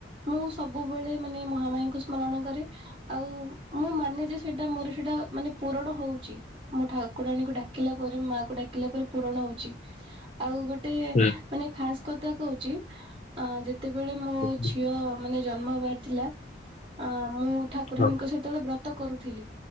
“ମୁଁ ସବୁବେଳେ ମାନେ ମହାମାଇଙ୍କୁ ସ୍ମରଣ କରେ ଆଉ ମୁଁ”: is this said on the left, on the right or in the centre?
Right